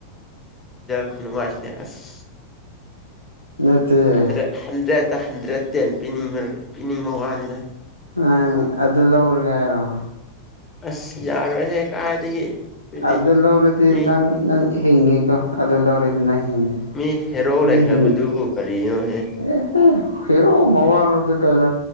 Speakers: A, on the left; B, on the left.
A: ꯈꯨꯉꯁꯤꯗꯤ ꯑꯁ
B: ꯅꯠꯇꯦ
A: ꯍꯟꯗ꯭ꯔꯦ ꯍꯟꯗ꯭ꯔꯦꯠ ꯗ ꯍꯟꯗ꯭ꯔꯦꯠ ꯇꯦꯟ ꯄꯤꯅꯤꯡꯕ ꯄꯤꯅꯤꯡꯕ ꯋꯥꯅꯤꯅ
B: ꯑꯪ ꯑꯗꯨ ꯂꯧꯔꯒꯦ ꯍꯥꯏꯔꯣ
A: ꯑꯁ ꯌꯥꯔꯣꯏꯍꯦ ꯀꯥꯏꯗꯒꯤ ꯑꯗꯨꯗꯤ
B: ꯑꯗ ꯂꯧ ꯂꯧꯔꯗꯤ
A: ꯃꯤ
B: ꯅꯪ ꯅꯪ ꯍꯦꯉꯦꯀ ꯑꯗꯨ ꯂꯧꯔꯦꯗꯨꯅ ꯍꯤꯡꯉꯤ
A: ꯃꯤ ꯍꯦꯔꯣ
B: ꯃꯤ
A: ꯂꯩꯈ꯭ꯔꯕꯗꯨꯕꯨ
B: ꯍꯤꯡꯉ
A: ꯀꯔꯤꯅꯣꯍꯦ
B: ꯑꯦꯍ ꯍꯔꯣ ꯃꯋꯥꯂꯗꯤ ꯀꯩꯅꯣ